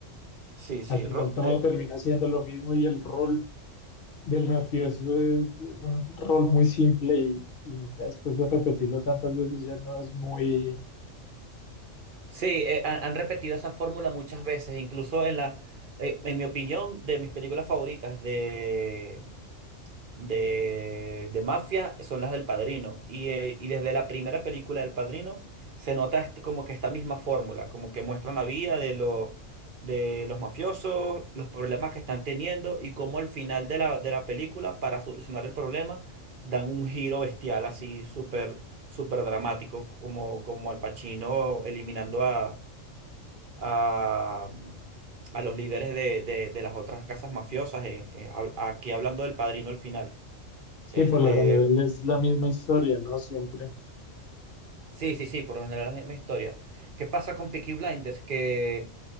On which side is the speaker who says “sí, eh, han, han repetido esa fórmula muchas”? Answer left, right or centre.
Right